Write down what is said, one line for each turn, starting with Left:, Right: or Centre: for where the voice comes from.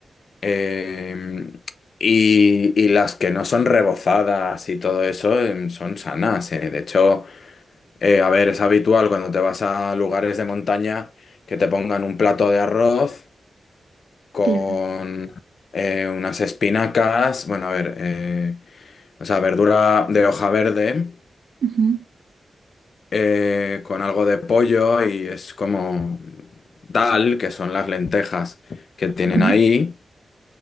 Left: eh, y, y las que no son rebozadas y todo eso eh, son sanas. eh. De hecho, eh, a ver, es habitual cuando te vas a lugares de montaña que te pongan un plato de arroz con
Right: Claro.
Left: eh, unas espinacas, bueno, a ver, eh, o sea, verdura de hoja verde
Right: ujú,
Left: eh, con algo de pollo y es como dal, que son las lentejas que tienen
Right: Ujú.
Left: ahí.